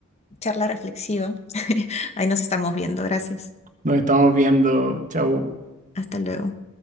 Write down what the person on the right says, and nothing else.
Nos estamos viendo. Chau.